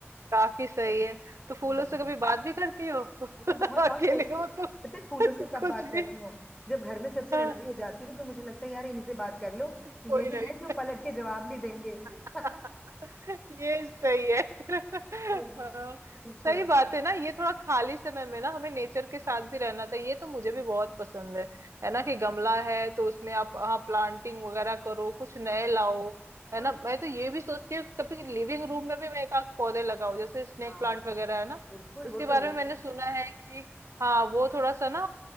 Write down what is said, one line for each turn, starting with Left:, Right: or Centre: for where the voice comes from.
Right: काफी सही
Left: सच
Right: है
Left: में।
Right: तो फूलों
Left: हम्म
Right: से कभी बात भी करती हो <laughs>
Left: मुझे बहुत
Right: अकेले
Left: और स्पेशली
Right: हो तो <laughs>
Left: पता है फूलों से कब
Right: कुछ
Left: बात
Right: भी
Left: करती हूँ जब घर में सबसे
Right: हाँ
Left: लड़ाई हो जाती है ना तो मुझे लगता है यार इन्हीं से बात कर लो
Right: कोई
Left: यही
Right: नहीं
Left: है जो पलट के जवाब नहीं देंगे <laughs>
Right: <laughs> ये सही है <laughs> हाँ,
Left: Yes, बिल्कुल
Right: सही बात है ना ये थोड़ा खाली समय में ना हमें नेचर के साथ भी रहना चाहिए ये तो मुझे भी बहुत पसंद है
Left: हम्म,
Right: है ना कि गमला है तो उसमें आप हाँ प्लांटिंग वगैरह करो कुछ नए लाओ है
Left: हाँ
Right: ना मैं तो ये भी सोचती हूँ कि कभी लिविंग रूम में भी मैं एक आध पौधे लगाऊं जैसे स्नेक
Left: हाँ
Right: प्लांट वगैरह है ना
Left: बिल्कुल
Right: उसके
Left: वो तो
Right: बारे
Left: रह
Right: में
Left: जाते
Right: मैंने सुना
Left: हैं
Right: है कि हाँ वो थोड़ा सा ना